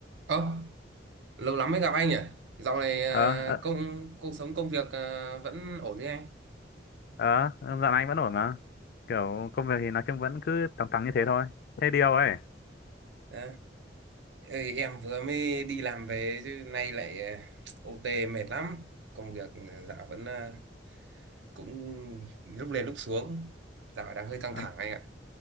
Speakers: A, on the right; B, on the left.
A: Ơ, lâu lắm mới gặp anh nhỉ? Dạo này à,
B: ờ ờ
A: công cuộc sống công việc à, vẫn ổn chứ anh?
B: ờ dạo này anh vẫn ổn mà kiểu công việc thì nói chung vẫn cứ tầm tầm như thế thôi thế điều ấy
A: À, ê, em vừa mới đi làm về chứ nay lại à, OT mệt lắm. Công việc à, dạo vẫn à, cũng lúc lên lúc xuống. Dạo đang hơi căng
B: ờ,
A: thẳng anh ạ.